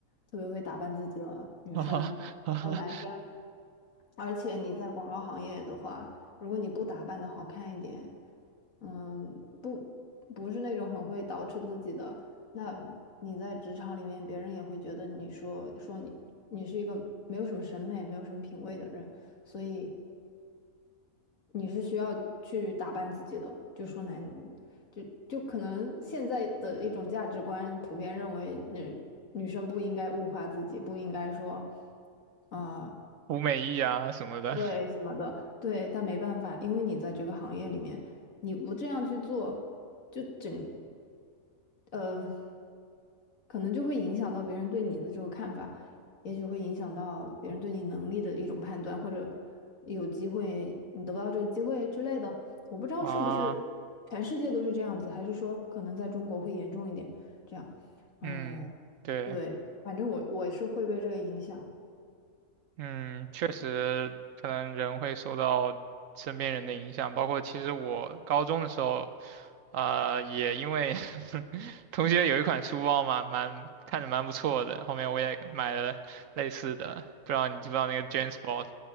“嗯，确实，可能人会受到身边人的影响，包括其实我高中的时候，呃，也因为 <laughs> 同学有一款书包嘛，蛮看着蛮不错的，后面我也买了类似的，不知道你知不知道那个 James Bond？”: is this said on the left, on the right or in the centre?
Right